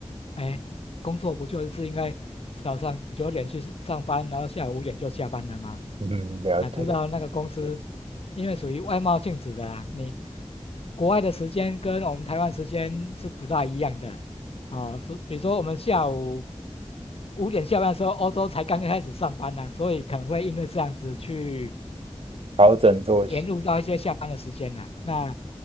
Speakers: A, on the left; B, on the right.
A: 哎，工作不就是应该早上九点去上班，然后下午五点就下班了吗？
B: <laughs> 嗯，了解，
A: 啊，知道那个公司，因为属于外贸性质的啊，你国外的时间跟我们台湾时间是不大一样的，啊，是比如说我们下午五点下班的时候，欧洲才刚刚开始上班呢、所以可能会因为这样子去
B: 调整作息，
A: 延误到一些下班的时间呢、那